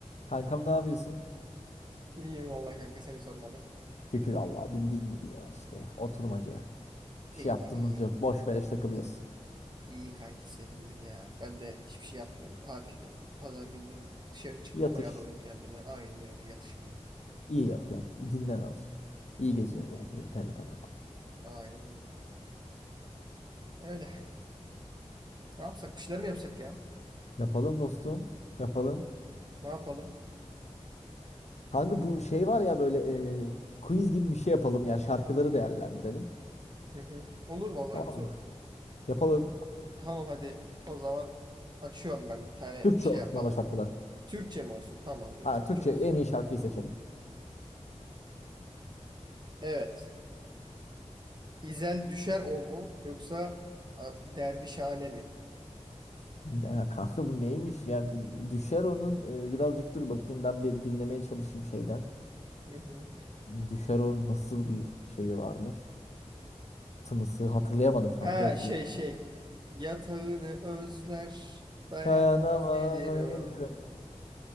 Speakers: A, on the left; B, on the right.
A: Kankam ne yapıyorsun?
B: İyiyim vallahi kanka seni sormalı.
A: Şükür Allah'a bildiğin gibi ya işte oturmaca. Bir
B: İyi
A: şey yaptığımız
B: iyi.
A: yok. Boş beleş takılıyoruz.
B: İyi kanki sevindim ya. Ben de hiçbir şey yapmıyorum. Tatil zaten. Pazar günü dışarı çıkmamaya
A: Yatış.
B: adadım kendime. Aynen öyle yatış bile.
A: İyi yapıyorsun. Dinlen azıcık. İyi
B: Hı hı.
A: geziyorsun zaten yeterli kadar.
B: Aynen öyle. Öyle. Ne yapsak? Bir şeyler mi yapsak ya?
A: Yapalım dostum. Yapalım.
B: Ne yapalım?
A: Kanka bu şey var ya böyle e, quiz gibi bir şey yapalım ya. Şarkıları değerlendirelim.
B: Hı hı. Olur vallahi
A: Tamam
B: güzel
A: mı?
B: olur.
A: Yapalım.
B: Tamam hadi o zaman açıyorum ben bir tane
A: Türkçe
B: şey
A: olsun
B: yapalım.
A: ama şarkılar.
B: Türkçe mi olsun? Tamamdır
A: Ha,
B: Türkçe
A: Türkçe
B: olsun.
A: en iyi şarkıyı seçelim.
B: Evet. İzel düşer o mu yoksa a, dervişhane mi?
A: Ha, kanka bu neymiş ya? Bir Düşer onun. e, birazcık dur bakayım. Ben bir dinlemeye çalışayım şeyden.
B: Hı hı.
A: Düşer o nasıl bir şeyi varmış. Tınısı hatırlayamadım şarkıyı
B: Ha
A: hatırlayamadım.
B: şey şey. Yatağını özler, dayanamaz
A: Dayanamam
B: gelirim.
A: yine.